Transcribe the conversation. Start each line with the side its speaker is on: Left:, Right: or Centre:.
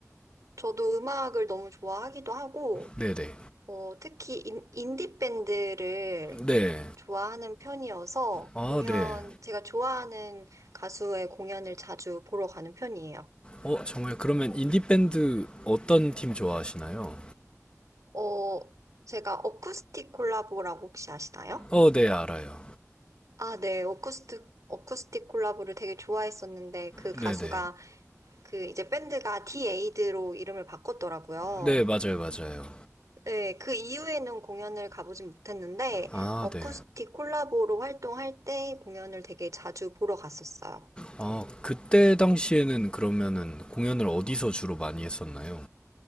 Right: 저도 음악을 너무 좋아하기도 하고,
Left: 네, 네.
Right: 어, 특히 인, 인디 밴드를
Left: 네.
Right: 좋아하는 편이어서
Left: 아,
Right: 공연,
Left: 네.
Right: 제가 좋아하는 가수의 공연을 자주 보러 가는 편이에요.
Left: 어, 정말 그러면 인디 밴드 어떤 팀 좋아하시나요?
Right: 어, 제가 어쿠스틱 콜라보라고 혹시 아시나요?
Left: 어, 네, 알아요.
Right: 아, 네. 어쿠스틱, 어쿠스틱 콜라보를 되게 좋아했었는데 그 가수가
Left: 네, 네.
Right: 그 이제 밴드가 디에이드로 이름을 바꿨더라고요.
Left: 네, 맞아요, 맞아요.
Right: 네. 그 이후에는 공연을 가보진 못했는데
Left: 아,
Right: 어쿠스틱
Left: 네.
Right: 콜라보로 활동할 때 공연을 되게 자주 보러 갔었어요.
Left: 아, 그때 당시에는 그러면은 공연을 어디서 주로 많이 했었나요?